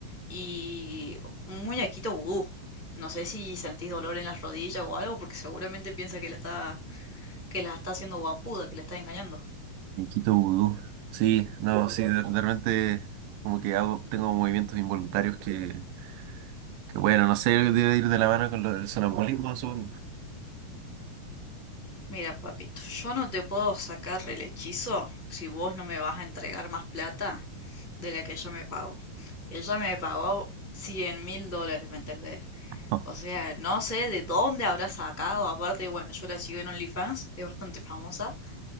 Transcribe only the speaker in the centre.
y un muñequito vudú. No sé si sentís dolor en las rodillas o algo, porque seguramente piensa que la está, que la está haciendo guampuda, que la está engañando.
Mira, papito, yo no te puedo sacar el hechizo si vos no me vas a entregar más plata de la que ella me pagó. Ella me pagó cien mil dólares, ¿me entendés?
O sea, no sé de dónde habrá sacado. Aparte, bueno, yo la sigo en OnlyFans, es bastante famosa.